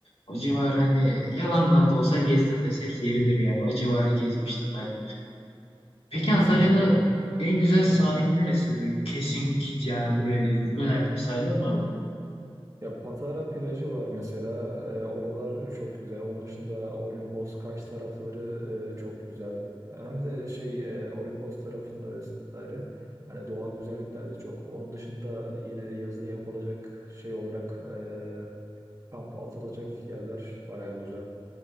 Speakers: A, on the left; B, on the right.
A: O civar hani yalandan da olsa gezdim desek yeridir yani. O civarı gezmiştim ben. Peki
B: Yani Kesinlikle.
A: Antalya'da en güzel
B: Hem
A: sahil neresi? Böyle Kesin git yani buraya dediğin önerdiğim sahil var mı
B: Ya Patara plajı var mesela. E, oralar çok güzel. Onun dışında Olimpos, Kaş tarafları e, çok güzel. Hem de şey e, Olimpos tarafında vesaire. Hani doğal güzellikler de çok. Onun dışında yine yazın yapılacak şey olarak e, kampa atılacak yerler baya güzel.